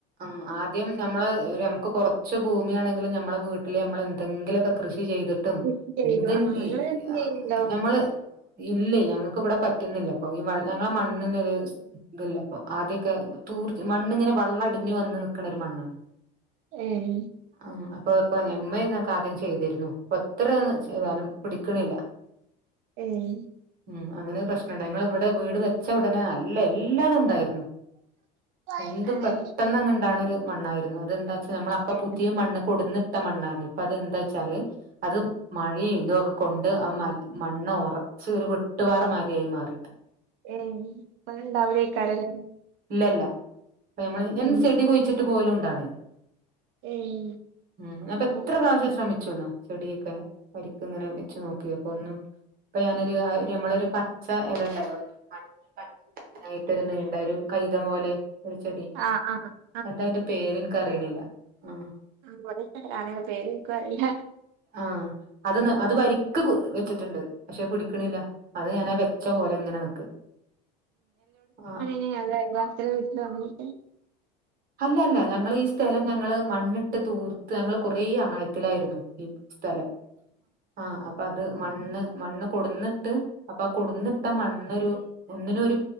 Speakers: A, on the right; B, on the right.
A: മ്മ് ആദ്യം നമ്മള് രമുക്ക് കുറച്ച് ഭൂമിയാണെങ്കിലും നമ്മളെ വീട്ടില് നമ്മൾ എന്തെങ്കിലൊക്കെ കൃഷി ചെയ്ത് ട്ടും
B: കൃഷി ചെയ്തു
A: എന്തൻ
B: ആ
A: ഇ
B: ഇങ്ങള് കൃഷി
A: അ
B: ചെയ്യ്ണ്ടോ
A: ഞമ്മള് ഇല്ലേയ് ഞങ്ങക്ക് വിടെ പറ്റുന്നില്ല പ്പൊ ഈ വ ഞങ്ങളെ മണ്ണിന് ഒര് ത്ല്ലപ്പൊ ആദ്യൊക്കെ തൂർത് മണ്ണിങ്ങനെ വള്ളടിഞ്ഞ് വന്ന് നിക്ക്ണ ഒരു മണ്ണാണ്
B: ഏമ്
A: ആഹ് അപ്പൊ ഇപ്പൊ ഇമ്മയ്രുന്നു ക്ക ആദ്യം ചെയ്തിരുന്നു. ഇപ്പൊ എത്രയാണ് ചെയ്താലും പിടിക്കണില്ല
B: മ്മ്
A: മ്മ് അങ്ങനെ ഒരു പ്രശ്നണ്ട്. ഞങ്ങള് വ്ടെ വീട് വ ച്ച ഉടനെ നല്ല എല്ലാതും ഉണ്ടായിരുന്നു.
B: ഏഹ്
A: എന്തുംപെട്ട് ന്നണ്ടാക്ണ ഒരു മണ്ണായിരുന്നു. അതെന്താച്ചാ നമ്മള് അപ്പൊ
B: ഏഹ്
A: പുതിയ മണ്ണ് കൊടുന്നിട്ട മണ്ണായിരുന്നു അപ്പ അതെന്താച്ചാല് അത് മഴീ തുഒ ക്കെ കൊണ്ട് ആ മ മണ്ണ് ഉറ ച്ച് ഒരു വെട്ടുപാറ മായിരിയായി മാറിയിട്ട്
B: ഏയ് ഇപ്പങ്ങനെ ഉണ്ടാവുലേകാരം ല്ലെ.
A: ഇല്ലല്ല പ്പ നമ്മള് ഞാൻ
B: ഉം
A: ചെടി കുയി ച്ചിട്ട് പോലും ഇണ്ടാണില്ല
B: ഏഹ്
A: ഉം ഞാൻ പ്പെത്ര
B: അപ്പൊ
A: പ്രാവശ്യം ശ്രമിച്ചുന്നോ ചെടിയൊക്കെ വരിക്ക്ങ്ങനെവെ ച്ച് നോക്കിയപ്പൊ ഒന്നും പ്പൊ ഞാനൊരു രമ്മളെ ഒരു പച്ച ഇല ഉണ്ടല്ലോ മഞ്ഞീം പച്ചീ മായിട്ടൊരു നീണ്ട ഒരു കൈത പോലെ ഒരു ചെടി
B: ആഹ് ആഹ് ആഹ്
A: എന്താ അയിന്റെ പേര് ഇൻക്കറീണ് ല്ല ആഹ്
B: ഇവടൊക്കെ കാണാ ആപേര് നക്കു ക്കും അറീല്ല
A: ആഹ് അത് ന് അത് വരിക്ക് വെച്ചിട്ടുണ്ട് പക്ഷെ പിടിക്ക്ണില്ല അത് ഞാനാ വെച്ച പോലെ ങ്ങനെ നിക്ക. ആഹ്
B: ഏ അയൽവാസ്യാളെ വീട്ടിൽ <unintelligible>
A: അല്ല അല്ല ഞങ്ങള് ഈ സ്ഥലം ഞങ്ങള് മണ്ണിട്ട് തൂർത്ത് ഞങ്ങൾ കൊറെ ആഴ ത്തിലായിരുന്നു ഈ സ്ഥലം ആഹ് അപ്പൊ അത് മണ്ണ് മണ്ണ് കൊടന്ന്ട്ട് അപ്പൊ കൊടന്ന്ട്ട മണ്ണൊരു ഒന്നിനു ഒരു